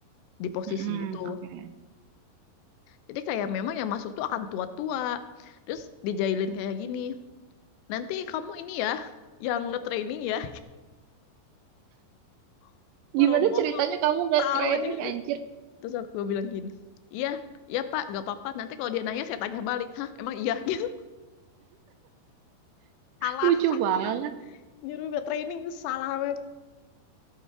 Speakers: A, on the left (about 80°); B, on the right (about 80°).
A: di posisi
B: mm-mm,
A: itu.
B: Oke.
A: Jadi kayak memang yang masuk tuh akan tua-tua. Terus dijailin kayak gini. Nanti kamu ini ya yang nge-training ya <laughs> boro-boro
B: Gimana ceritanya kamu nggak
A: tahu
B: training
A: aja.
B: anjir?
A: Terus aku bilang gini, "Iya, iya Pak, gak apa-apa. Nanti kalau dia nanya saya tanya balik. Hah, emang iya <laughs> gitu. Salah,
B: Lucu
A: salah.
B: banget.
A: nyuruh gak training itu salah banget